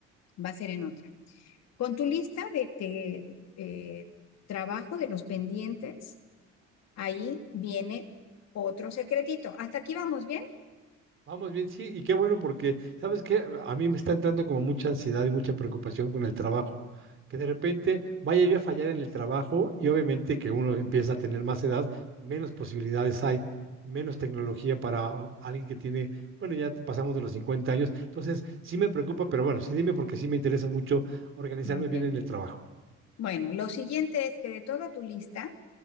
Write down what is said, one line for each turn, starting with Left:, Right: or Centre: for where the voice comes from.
Left: va a ser en otra. Con tu lista de, de, eh, trabajo de los pendientes, ahí viene otro secretito. ¿Hasta aquí vamos bien?
Right: Vamos bien, sí, y qué bueno porque, ¿sabes qué? A mí me está entrando como mucha ansiedad y mucha preocupación con el trabajo. Que de repente vaya yo a fallar en el trabajo y obviamente que uno empieza a tener más edad, menos posibilidades hay, menos tecnología para alguien que tiene, bueno, ya pasamos de los 50 años. Entonces, sí me preocupa, pero bueno, sí dime porque sí me interesa mucho organizarme
Left: Muy bien.
Right: bien en el trabajo.
Left: Bueno, lo siguiente es que de toda tu lista